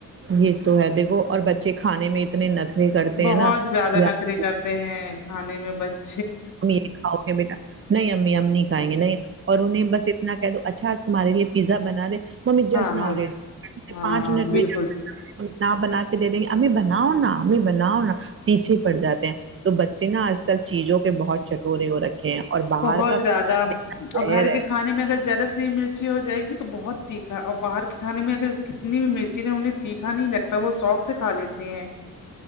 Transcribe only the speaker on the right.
یہ تو ہے دیکھو اور بچے کھانے میں اتنے نخرے کرتے
ہیں نا
کہ آپ
میرے خاتہ میں ڈال نہیں امی ہم نہیں کھائیں گے نہیں اور انہیں بس اتنا کہہ دو اچھا آج تمہارے لیے پیزا بنا دے ممی جسٹ
ناؤ
<unintelligible> آ ریڈی
پانچ منٹ
میں نہ بنا کے دے دیں گے امی بناؤ نا امی بناؤ نا پیچھے پڑ جاتے ہیں تو بچے نا آج کل چیزوں کے بہت چٹورے ہو رکھے اور باہر
کا
کھانا دیکھنا
زہر
ہے